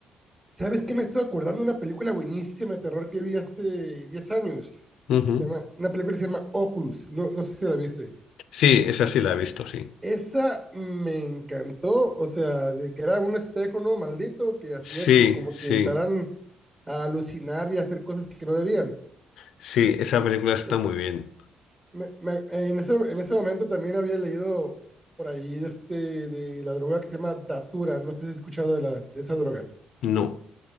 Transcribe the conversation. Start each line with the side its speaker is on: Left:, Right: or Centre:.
Right: ¿Sabes qué? Me estoy acordando de una película buenísima de terror que vi hace 10 años.
Left: Ujú.
Right: Se llama, una película que se llama Oculus. No, no sé si la viste.
Left: Sí, esa sí la he visto, sí.
Right: Esa me encantó. O sea, de que era un espejo, ¿no? Maldito, que hacía
Left: Sí,
Right: que como
Left: sí,
Right: que entraran a alucinar y a hacer cosas que no debían.
Left: sí, esa película está
Right: Eh,
Left: muy bien.
Right: me- me- en ese, en ese momento también había leído por ahí de este, de la droga que se llama Datura. No sé si has escuchado de, la, de esa droga.
Left: No.